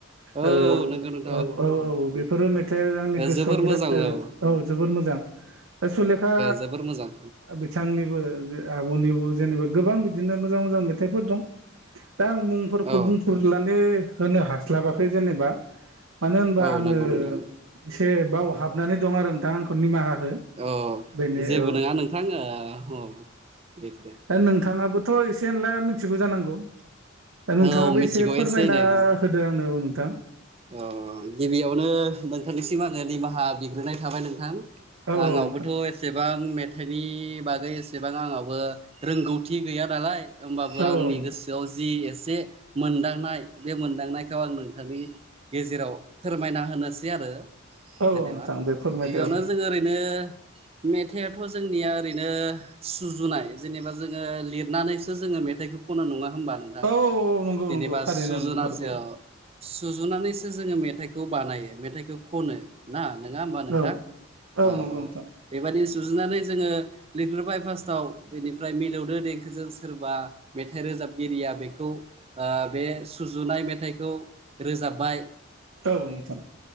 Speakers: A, on the right (about 30°); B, on the right (about 80°).
A: औ
B: ओ
A: नंगौ नंगौ
B: औ औ औ औ बेफोरो मेथाइआ आंनि गोसोआव
A: जोबोर
B: बिराद
A: मोजां औ ओ
B: औ जोबोर मोजां सुलेखा
A: जोबोर मोजां
B: बिथांनिबो जे आब'निबो जेनेबा गोबां बिदिनो मोजां मोजां मेथाइफोर दं दा आं मुंफोरखौ
A: औ
B: बुंफुरलानि होनो हास्लाबाखै जेनेबा मानो होनबा
A: औ
B: आङो
A: नंगौ नोंथां
B: एसे बाव हाबनानै दं आरो नोंथां आंखौ निमाहा हो
A: औ
B: बेनो
A: जेबो
B: औ
A: नङा नोंथां ओ औ बेफोरो
B: दा नोंथाङाबोथ' एसे एनला मिथिगौ जानांगौ दा नोंथाङाबो
A: औ मिथिगौ
B: एसे फोरमायना
A: एनै अ
B: होदो आंनो नोंथां
A: अ गिबियावनो नोंथांनिसिम आङो निमाहा बिग्रोनाय थाबाय नोंथां
B: औ
A: आंनावबोथ'
B: औ नोंथां
A: एसेबां मेथाइनि बागै एसेबां आंनावबो रोंगौथि गैया नालाय होमबाबो
B: औ
A: आंनि
B: औ नोंथां
A: गोसोआव जि ए से मोनदांनाय बे मोनदांनायखौ आं नोंथांनि गेजेराव फोरमायना होनोसै आरो
B: औ
A: जेनेबा
B: नोंथां दे फोरमायदो
A: गिबियावनो
B: औ
A: जोङो ओरैनो मेथाइयाथ' जोंनिया ओरैनो सुजुनाय जेनेबा जोङो लिरनानैसो जों मेथाइ खनो नङा होमबा नोंथां
B: औ औ नंगौ
A: जेनेबा
B: नंगौ थारैनो
A: सुजुनासो
B: नंथारगौ
A: ओ सुजुनानैसो जोङो मेथाइखौ बानायो मेथाइखौ खनो ना नङा होमबा नोंथां
B: औ
A: औ औ
B: नंगौ नोंथां
A: बेबायदिनो सुजुनानै जोङो लिरग्रोबाय फार्स्टआव बेनिफ्राय मिलौदो देंखोजों सोरबा मेथाइ रो रोजाबगिरिया बेखौ बे सुजुनाय मेथाइखौ रोजाबबाय
B: औ नोंथां